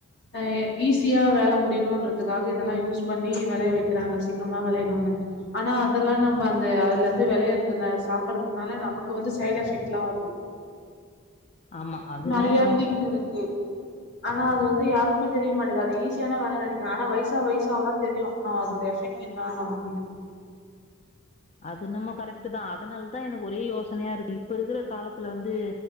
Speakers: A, on the left; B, on the left.
A: அ எ ஈஸியா வேல முடியணுன்ற துக்காக இதெல்லா யூஸ் பண்ணி வெளைய வைக்கிறாங்க சீக்ரமா வெளையணுன்னு ஆனா அதெல்லா நம்ப அந்த அதுலந்து வெளையறதுன சாப்புறதுனால நமக்கு வந்து சைடெஃபெக்ட்ல்லா வருது
B: ஆமா அதுனா
A: நறைய
B: உண்
A: தீங்குருக்கு ஆனா அது வந்து யாருக்குமே தெரிய மாட்டெது அது ஈஸியான வேலன்நென கான வயசா வயசாவதா தெரியு நா அதோட எஃபெக்ட் என்னா நமக்குன்னு
B: அதுனம்மொ கரெக்ட்டு தா அதனால்தா எனக்கு ஒரே யோசனையா இருக்கு இப்ப இருக்குற காலத்துல வந்து